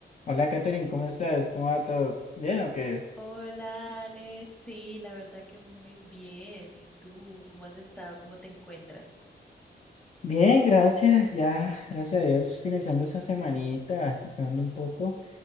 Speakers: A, on the left; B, in the centre.
A: Hola, Katherine, ¿cómo estás? ¿Cómo va todo? ¿Bien o qué?
B: Hola, Alex. Sí, la verdad que muy bien. ¿Y tú? ¿Cómo has estado? ¿Cómo te encuentras?
A: Bien, gracias. Ya, gracias a Dios, finalizando esa semanita, descansando un poco.